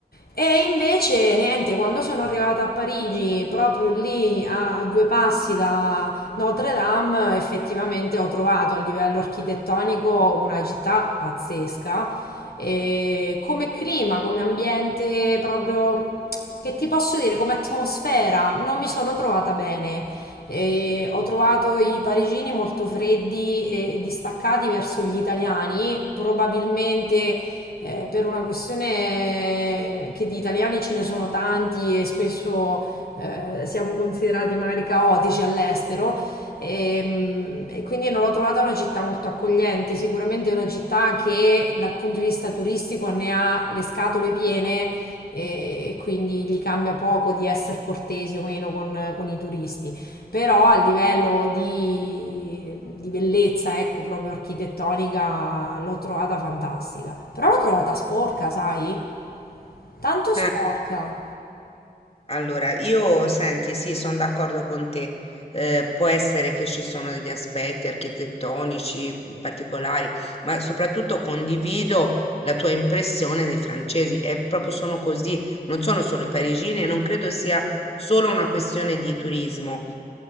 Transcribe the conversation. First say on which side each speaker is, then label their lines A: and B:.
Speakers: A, on the left; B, on the left.
A: e invece niente, quando sono arrivata a Parigi, proprio lì a due passi da Notre Dame, effettivamente ho trovato a livello architettonico una città pazzesca. E come clima, come ambiente, proprio che ti posso dire, come atmosfera, non mi sono trovata bene. E ho trovato i parigini molto freddi e distaccati verso gli italiani, probabilmente eh, per una questione eh, che di italiani ce ne sono tanti e spesso eh, siamo considerati magari caotici all'estero. E, mm, e quindi non l'ho trovata una città molto accogliente, sicuramente è una città che dal punto di vista turistico ne ha le scatole piene e, e quindi gli cambia poco di essere cortesi o meno con, con i turisti però a livello di, di bellezza, ecco, proprio architettonica, l'ho trovata fantastica. Però l'ho trovata sporca, sai? Tanto sporca.
B: Eh, Allora, io senti, sì, sono d'accordo con te. Eh, può essere che ci sono degli aspetti architettonici mhmm, particolari, ma soprattutto condivido la tua impressione dei francesi. È proprio sono così, non sono solo i parigini e non credo sia solo una questione di turismo.